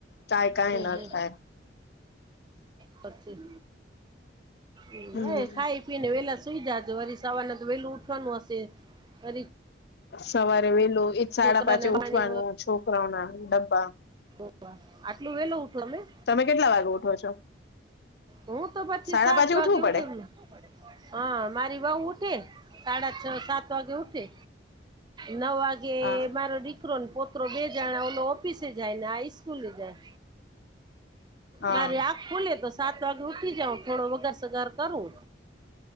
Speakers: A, on the left; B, on the right.
A: કાય કઈ ના
B: હમ
A: થાય
B: પછી એ
A: હમ
B: હોય ખાઈ ને વેલા સુઈ જજો સવારના તો વેલું ઉઠવાનું હશે વરી
A: સવારે વેલું એજ સાડા
B: છોકરાને
A: પાંચે ઊઠવાનું
B: પાણી
A: છોકરાઓ ના ડબ્બા
B: આટલું વેલુ ઊઠવાનું
A: તમે કેટલા વાગે ઉઠો છો
B: હું તો પછી
A: સાડા
B: સાત
A: પાંચે
B: વાગે
A: ઉઠવું
B: ઉઠું
A: પડે
B: હ મારી વઉ ઉઠે સાડા છ સાત વાગે ઉઠે નવ વાગે
A: હા
B: મારો છોકરો ને પોત્ર બે જણા ઓફિસે જાય ને આ હાઈસ્કૂલે જાય
A: હા
B: મારી આખ ખુલે તો સાત વાગે ઉઠી જાવ થોડો વગાર સગાર કરું